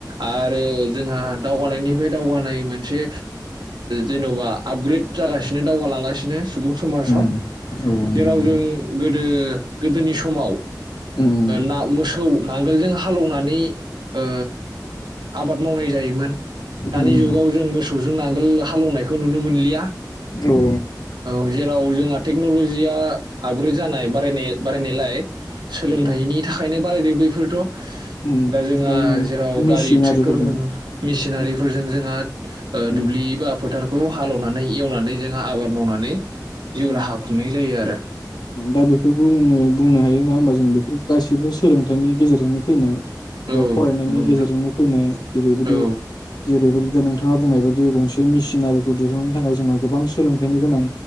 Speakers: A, on the right; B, on the left.
A: आरो जोंहा दावगानायनिफ्राय दावगानाय मोनसे जेनबा आपग्रेद जागासिनो दावगालांगासिनो सुबुं समाजाव
B: नंगौ नंगौ
A: जेराव जों गोदो गोदोनि सम माव
B: उम
A: ना मोसौ नांगोलजों हालौनानै ओ आबाद मावनाय जायोमोन। दानि
B: उम
A: जुगाव जों मोसौजों नांगोल हालौवनायखौ खौ नुनो मोनलिया
B: औ।
A: औ जेराव जोंहा टेक्नलजिया आपग्रेड जानाय बारायनाय बारायनायलाय सोलोंथाइनि
B: उम
A: थाखायनो बारायदों बैफोरथ।
B: उम
A: दा जोंहा
B: जों
A: जेराव
B: मेसिनारिफोरजों
A: गारि ट्रेक्टर न मेसिनारिफोरजों
B: उम
A: जोंहा ओ
B: उम
A: दुब्लि बा फोथार औ हालेवनानै एवनानै जोंहा आबाद। मावनानै। जिउ
B: उम
A: राहा खुंनाय जायो आरो।
B: दा बेफोरखौ जोङो बुंनो हायो नङा होमबा जों बेफोर गाससिबो सोलोंथाइनि गेजेरजोंनो फैनाय। एबा
A: औ
B: फरायनायनि
A: नंगौ
B: गेजेरजोंनो
A: नोंथां
B: फैनाय जेरैबायदि
A: औ
B: जेरैबायदि दा नोंथाङा बुंनाय बा बे गंसे मेसिनारिखौ दिहुननो थाखाय जोंहा गोबां सोलोंथाइनि गोनां।